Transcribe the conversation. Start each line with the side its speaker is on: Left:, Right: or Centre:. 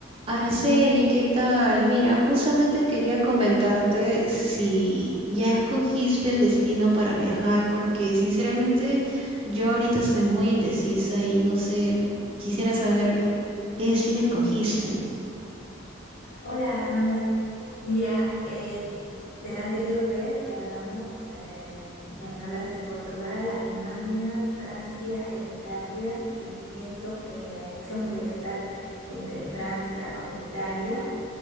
Right: Araceli, ¿qué tal? Mira, justamente quería comentarte si ya escogiste el destino para viajar, porque sinceramente yo ahorita estoy muy indecisa y no sé, quisiera saber qué destino escogiste.
Left: Hola Amanda, mira, eh, de la anterior vez que hablamos, eh, me hablaste de Portugal, Alemania, Francia e Italia y pienso que la elección podría estar entre Francia o Italia